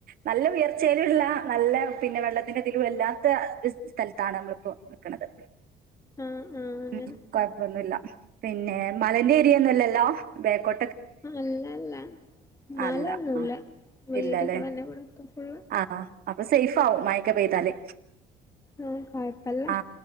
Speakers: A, on the right (about 60°); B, on the left (about 20°).
A: നല്ല ഉയർച്ചയിലുള്ള നല്ല പിന്നെ വെള്ള അതിലും വല്ലാത്ത ഒരു സ്ഥലത്താണ് നമ്മൾ ഇപ്പോ നിക്കണത്
B: ആ ആ അങ്ങനെ
A: ഉം കൊഴപ്പൊന്നുവില്ല പിന്നെ മലെന്റെ എരിയ ഒന്നുവല്ലല്ലോ ബേക്കോ
B: അല്ലല്ല മലൊന്നുവല്ല
A: അല്ല ആ
B: വീടുകൾ
A: ഇല്ലല്ലേ
B: തന്നെ ഇവിടൊക്കെ ഫുള്ള്
A: ആ അപ്പൊ സേഫ് ആവും മയക്ക പെയ്താല്
B: ആഹ് കൊഴപ്പല്ല
A: ആ